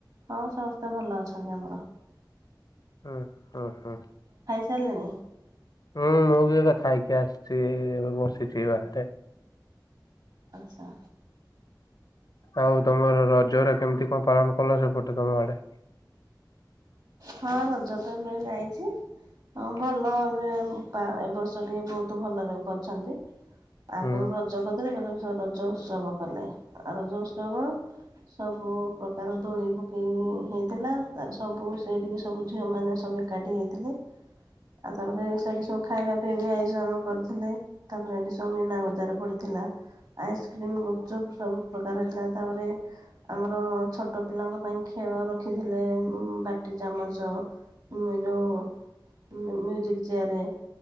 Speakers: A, on the right; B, on the left.
A: ହଁ ସମସ୍ତେ ଭଲ ଅଛନ୍ତି ଆମର।
B: ହଁ। ଉଁ ହୁଁ।
A: ସାରିଲେଣି?
B: ହୁଁ ମୁଁ ବି ଏବେ ଖାଇକି ଆସିଛି ଏବେ ବସିଛି ବାହାରେ।
A: ଆଛା।
B: ଆଉ ତମର ରଜରେ କେମତି କଣ ପାଳନ କଲ ସେପଟେ? ତମ ଆଡେ?
A: ହଁ ରଜ ତ ଏବେ ଯାଇଛି। ହ ଭଲ ଏବ ଏ ବର୍ଷ ଟିକେ ବହୁତ ଭଲରେ କରିଛନ୍ତି। ଆଗରୁ
B: ହୁଁ
A: ରଜ କରିଦେଲେ ଏବେ ରଜ ଉତ୍ସବ କଲେ ରଜ ଉତ୍ସବ ସବୁ ପ୍ରକାର ଦୋଳି ପକେଇ ହେଇଥିଲା ତାର। ସବୁ ସେଇଠିକି ସବୁ ଝିଅମାନେ ସବୁ ଏକାଠି ହେଇଥିଲେ। ଆ ତାପରେ ସେ ସଉ ଖାଇବା ପାଇଁ ବି ଆୟୋଜନ କରୁଥିଲେ। ତାପରେ ଖାଲି ସବୁ ମିନାବଜାର ପ ଥିଲା ଆଇସ୍କ୍ରିମ୍, ଗୁପଚୁପ୍ ସବୁ ପ୍ରକାର ହେଇଥିଲା ତାପରେ ଆମର ଛୋଟ ପିଲାଙ୍କ ପାଇଁ ଖେଳ ରଖିଥିଲେ। ଉମ ବାଟି ଚାମଚ। <unintelligible> ମ୍ୟୁସିିକ ଚୟାରେ।